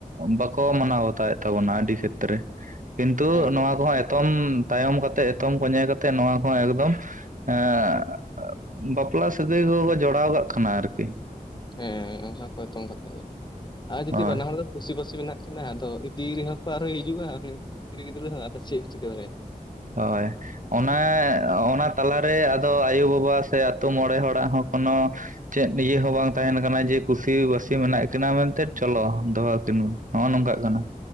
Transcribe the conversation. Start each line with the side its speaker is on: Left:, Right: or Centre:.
Right: ᱵᱟᱠᱚ ᱢᱟᱱᱟᱣ ᱵᱟᱛᱟᱣᱮᱫ ᱛᱟᱵᱚᱱᱟ ᱟᱹᱰᱤ ᱠᱷᱮᱛᱨᱮ ᱠᱤᱱᱛᱩ
Left: ᱦᱮᱸ
Right: ᱱᱚᱣᱟ ᱠᱚᱦᱟᱸᱜ ᱮᱛᱚᱢ ᱛᱟᱭᱚᱢ ᱠᱟᱛᱮ ᱮᱛᱚᱢ ᱠᱚᱸᱧᱮ ᱠᱟᱛᱮ ᱱᱚᱣᱟ ᱠᱚᱦᱚᱸ ᱮᱠᱫᱚᱢ ᱦᱮᱸ ᱵᱟᱯᱞᱟ ᱥᱟᱹᱜᱟᱹᱭ ᱠᱚᱠᱚ ᱡᱚᱲᱟᱣ ᱠᱟᱜ ᱠᱟᱱᱟ ᱟᱨᱠᱤ
Left: ᱦᱮᱸ ᱚᱝᱠᱟ ᱠᱚ ᱮᱛᱚᱢ ᱠᱟᱛᱮᱜ ᱜᱮ ᱟᱨ ᱡᱩᱫᱤ
Right: ᱦᱳᱭ
Left: ᱵᱟᱱᱟᱦᱚᱲ ᱠᱩᱥᱤ ᱵᱟᱹᱥᱤ ᱢᱮᱱᱟᱜ ᱠᱤᱱᱟᱹ ᱟᱫᱚ ᱤᱫᱤ ᱨᱮᱦᱚᱸ ᱠᱚ ᱟᱨᱦᱚᱸ ᱦᱤᱡᱩᱜ-ᱟ ᱩᱱᱤ ᱠᱩᱲᱤ ᱜᱤᱫᱽᱨᱟᱹ ᱦᱚᱸ ᱟᱫᱚ ᱪᱮᱜ ᱮᱢ ᱪᱤᱠᱟᱹ ᱫᱟᱲᱮᱭᱟᱜ-ᱟ
Right: ᱦᱚᱭ ᱚᱱᱟ ᱚᱱᱟ ᱛᱟᱞᱟ ᱨᱮ ᱟᱫᱚ ᱟᱭᱩ-ᱵᱟᱵᱟ ᱥᱮ ᱟᱛᱳ ᱢᱚᱸᱬᱮ ᱦᱚᱲᱟᱜ ᱦᱚᱸ ᱠᱚᱱᱚ ᱪᱮᱫ ᱤᱭᱟᱹ ᱦᱚᱸ ᱵᱟᱝ ᱛᱟᱦᱮᱱ ᱠᱟᱱᱟ ᱡᱮ ᱠᱩᱥᱤ ᱵᱟᱹᱥᱤ ᱢᱮᱱᱟᱜ ᱠᱤᱱᱟᱹ ᱢᱮᱱᱛᱮ ᱪᱚᱞᱚ ᱫᱚᱦᱚᱸ ᱠᱤᱱ ᱦᱚᱜ-ᱚ ᱱᱚᱝ ᱠᱟᱜ ᱠᱟᱱᱟ